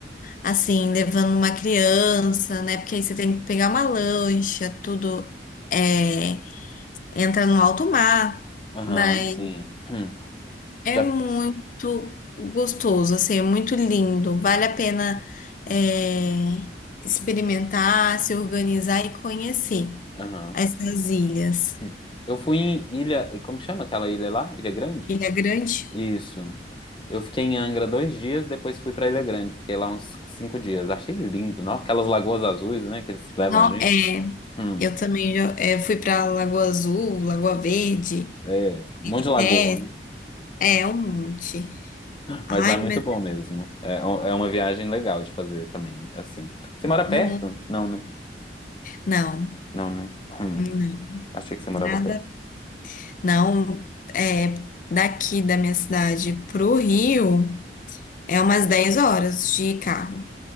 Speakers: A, on the left (about 45°); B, on the left (about 30°).
A: assim, levando uma criança, né, porque aí você tem que pegar uma lancha, tudo, é, entra no alto mar,
B: Aham,
A: mas
B: sim. Hum.
A: é
B: Já.
A: muito gostoso, assim, é muito lindo, vale a pena,
B: hum,
A: é, experimentar, se organizar e conhecer
B: Aham.
A: essas ilhas.
B: Hum. Eu fui em Ilha, e como que chama aquela ilha lá? Ilha Grande?
A: Ilha Grande.
B: Isso. Eu fiquei em Angra dois dias, depois fui pra Ilha Grande. Fiquei lá uns cinco dias. Achei lindo, não? Aquelas lagoas azuis, né, que eles levam
A: Não,
B: a gente.
A: é,
B: Hum,
A: eu também já, é, fui pra Lagoa Azul, Lagoa Verde,
B: é, um monte de lagoa,
A: é,
B: né?
A: é um monte. Ai,
B: Mas lá é muito
A: mas
B: bom mesmo. É, é uma viagem legal de fazer também, assim. Você
A: hum,
B: mora perto? Não, né?
A: não,
B: Não, né? Hum,
A: não,
B: achei que
A: nada,
B: você morava perto.
A: não, é, daqui da minha cidade pro Rio é umas 10 horas de carro.